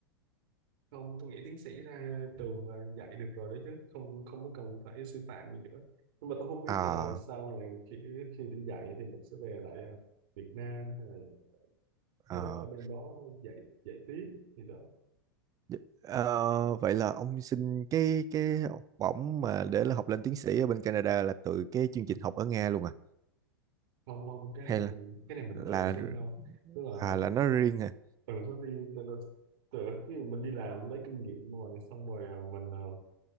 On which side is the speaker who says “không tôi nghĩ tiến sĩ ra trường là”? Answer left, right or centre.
Right